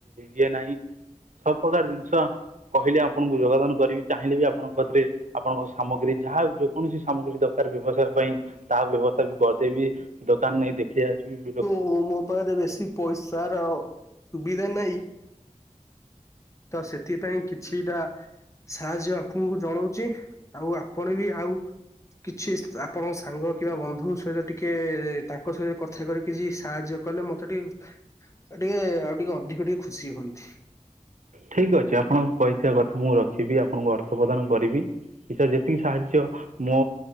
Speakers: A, on the right; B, on the left.
A: ଇଏ ନାହିଁ। ସବୁ ପକାର ଜିନିଷ କହିଲେ ଆପଣୁଙ୍କୁ ଯୋଗଦାନ କରିବି ଚାହିଁଲେ ବି ଆପଣଙ୍କ କତିରେ ଆପଣଙ୍କ ସାମଗ୍ରୀ ଯାହା ଯୋକୌଣସି ସାମଗ୍ରୀ ଦରକାର ବ୍ୟବସାୟ ପାଇଁ ତା ବ୍ୟବସ୍ତା ବି କରିଦେବି ଦୋକାନ ନେଇ ଦେଖେଇ ଆସିବି <unintelligible>
B: ଓ ମୋ ପାଖେରେ ବେଶୀ ପଇସାର ସୁବିଧା ନାଇଁ ତ ସେଥିପାଇଁ କିଛିଟା ସାହାଯ୍ୟ ଆପଣୁଙ୍କୁ ଜଣଉଚି ଆଉ ଆପଣ ବି ଆଉ କିଛି ସ୍ ଆପଣଙ୍କ ସାଙ୍ଗ କିମ୍ବା ବନ୍ଧୁ ସହିତ ଟିକେ ତାଙ୍କ୍ କ ସହିତ କଥା କରିକି କିଛି ସାହାଯ୍ୟ କଲେ ମତେ ଟିକେ ଏ ଟିକେ ଆଉ ଟିକେ ଅଧିକ ଟିକେ ଖୁସି ହୁଅନ୍ତି।
A: ଠିକ୍ ଅଛି ଆପଣୁଙ୍କୁ କହିଥିବା କଥା ମୁଁ ରଖିବି ଆପଣୁଙ୍କୁ ଅର୍ଥ ପ୍ରଦାନ କରିବି। ହିସାରେ ଯେତିକି ସାହାଯ୍ୟ ମୋ